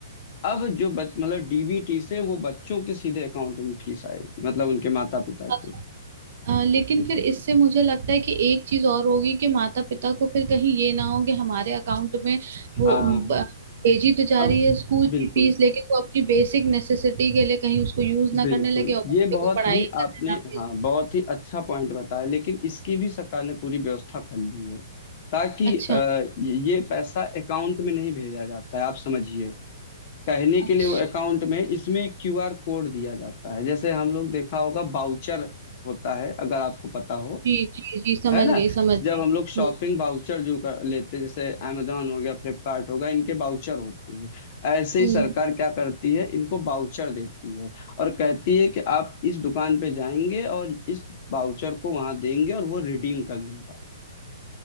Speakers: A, on the left; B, on the right.
A: अब जो बच मतलब डीबीटी से वो बच्चों के सीधे अकाउंट में फीस आएगी मतलब उनके माता पिता के
B: अच्छा, अ, लेकिन फिर इससे मुझे लगता है कि एक चीज और होगी कि माता पिता को फिर कहीं ये ना हो कि हमारे अकाउंट में वो
A: हाँ
B: ब- भेजी तो जा
A: अब
B: रही है स्कूल
A: बिल्कुल
B: की फीस लेकिन वो अपनी बेसिक नेसेसिटी के लिए कहीं उसको यूज ना
A: बिल्कुल
B: करने लगे और बच्चे
A: ये बहुत
B: को पढ़ाई
A: ही आपने
B: करने ना भेज
A: हाँ बहुत ही अच्छा पॉइंट बताया लेकिन इसकी भी सरकार ने पूरी व्यवस्था कर ली है ताकि
B: अच्छा
A: अ, ये पैसा अकाउंट में नहीं भेजा जाता है आप समझिए कहने के
B: अच्छा
A: लिए वो अकाउंट में इसमें एक क्यूआर कोड दिया जाता है जैसे हम लोग देखा होगा बाउचर होता है अगर आपको पता हो
B: जी जी जी समझ
A: है ना
B: गई समझ गई
A: जब हम
B: हम्म
A: लोग शॉपिंग बाउचर जो कर लेते हैं जैसे amazon हो गया फ्लिपकार्ट हो गया इनके बाउचर होते हैं ऐसे ही
B: हम्म
A: सरकार क्या करती है इनको बाउचर देती है और कहती है कि आप इस दुकान पे जाएंगे और इस बाउचर को वहां देंगे और वो रिडीम कर लेगा